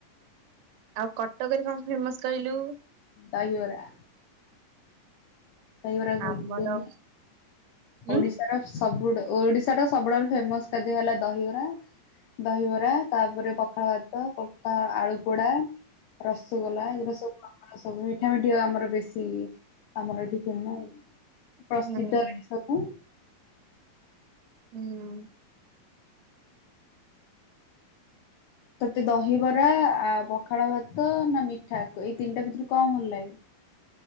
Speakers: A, on the right (about 90°); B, on the left (about 85°).
A: ଆଉ କଟକରେ କଣ ଫେମସ କହିଲୁ?
B: ଦହିବରା। ଦହିବରା ଘୁଗୁନି
A: ଆମର ଉଁ
B: ଓଡ଼ିଶାର ସବୁଠୁ ଓଡ଼ିଶାର ସବୁଠାରୁ ଫେମସ ଖାଦ୍ୟ ହେଲା ଦହିବରା ଦହିବରା ତାପରେ ପଖାଳ ଭାତ ପକା ଆଳୁ ପୋଡା ରସଗୋଲା ଏଗୁଡା ସବୁ ଆମର ସବୁ ମିଠା ମିଠି ଆମର ବେଶୀ ଆମର ଏଠି ତୁମ
A: ହୁଁ
B: ପ୍ରସିଦ୍ଧ ଏସବୁ
A: ହୁଁ।
B: ତତେ ଦହିବରା ଆ ପଖାଳ ଭାତ ନା ମିଠା ଏଇ ତିନିଟା ଭିତରୁ କଣ ଭଲ ଲାଗେ?